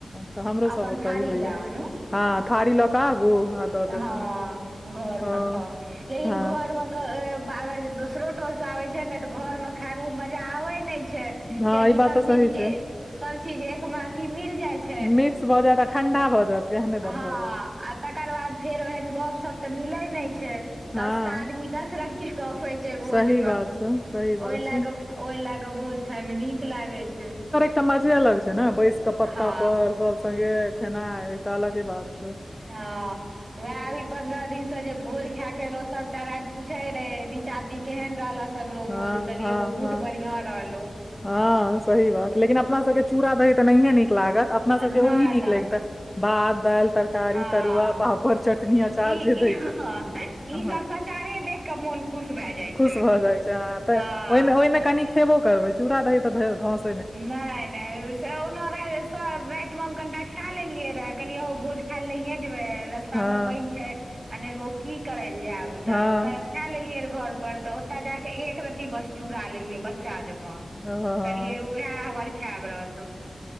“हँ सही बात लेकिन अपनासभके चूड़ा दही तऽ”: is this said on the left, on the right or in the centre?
Left